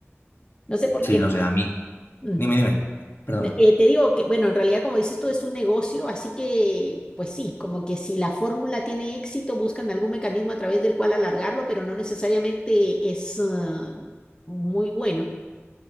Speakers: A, on the left (about 20°); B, on the left (about 50°).
A: no sé por
B: Sí,
A: qué.
B: no sé, a mí,
A: Mm.
B: dime, dime, perdona.
A: De- eh, te digo que, bueno, en realidad como dices tú es un negocio, así que pues sí, como que si la fórmula tiene éxito, buscan algún mecanismo a través del cual alargarlo, pero no necesariamente es eh, muy bueno.